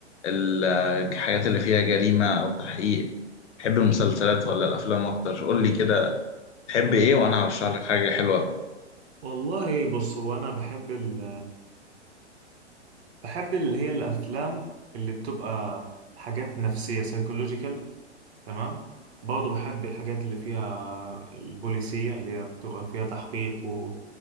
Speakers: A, on the left; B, on the right.
A: ال- الحاجات اللي فيها جريمة او تحقيق بتحب المسلسلات ولا الافلام اكتر قول لي كده
B: بص
A: تحب ايه وانا هرشح لك حاجة حلوة أوي.
B: والله بص هو انا بحب ال بحب اللي هي الافلام اللي بتبقى حاجات نفسيه سايكولوجيكال تمام برضه بحب الحاجات اللي فيها البوليسيه اللي هي بتبقى فيها تحقيق و